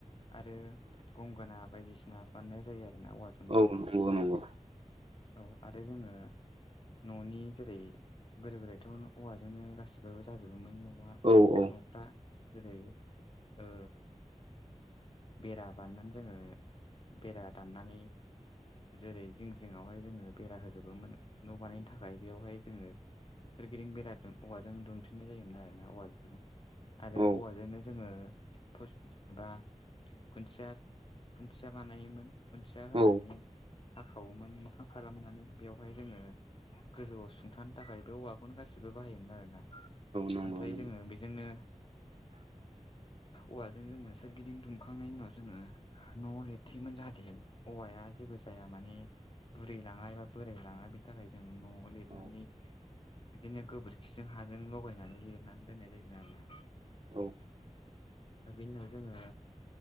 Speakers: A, on the left; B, on the right.
A: आरो गंगोना बायदिसिना बाननाय जायो आरोना औवाजों।
B: औ नंगौ नंगौ।
A: औ आरो जोङो न'नि जेरै गोदो गोदायथ' औवाजोंनो गासिबो जाजोबोमोन न'आ
B: औ औ।
A: न'फ्रा जेरै ओ बेरा बानायनानै जोङो बेरा दाननानै जेरै जिं जिंआवहाय जोङो बेरा होजोबोमोन न' बानायनो थाखाय बेयावहाय जोङो सोरगिदिं बेरा औवाजों दुमथेनाय जायोमोन आरो ना औवाजोंनो आरो
B: औ
A: औवाजोंनो जोङो जेनेबा खुन्थिया -खुन्थिया बानायोमोन खुन्थिया होनानै
B: औ
A: हाखावोमोन मोखां खालामनानै बेवहाय जोङो गोजौआव सुंथानो थाखाय बे औवाखौनो गासिबो बाहायोमोन आरो ना।
B: नंगौ
A: ओमफ्राय
B: नंगौ
A: जोङो बेजोंनो
B: <inaudible>
A: औवाजों जोङो सोरगिदिं दुमखांनायनि उनाव जोङो न'आव लिरथैयोमोन जाहाथे औवाया जेबो जाया माने बुरै लाङा एबा बोराय लाङा बेनि थाखाय जों न'आव लिरनानै
B: औ
A: बिदिनो गोबोरखिजों हाजों लगायनानै लिरनानै दोननाय जायोमोन आरोना।
B: औ।
A: दा बेनि उनाव जोङो